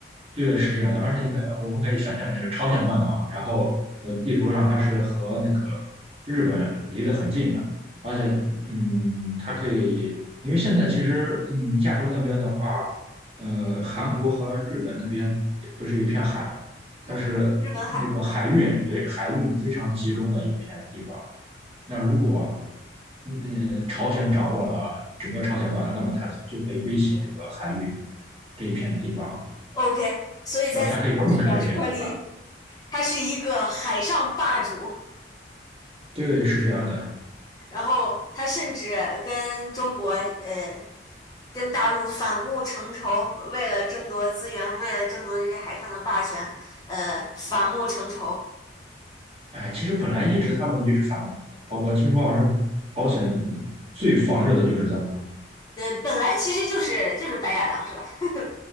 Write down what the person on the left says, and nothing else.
嗯，日本海啊嗯
，OK，所以在咱们的小说里，
他是一个海上霸主，
然后他甚至跟中国呃跟大陆反目成仇，为了争夺资源，为了争夺这些海上的霸权，呃，反目成仇。
呃，本来其实就是就是白眼狼是吧？<laughs>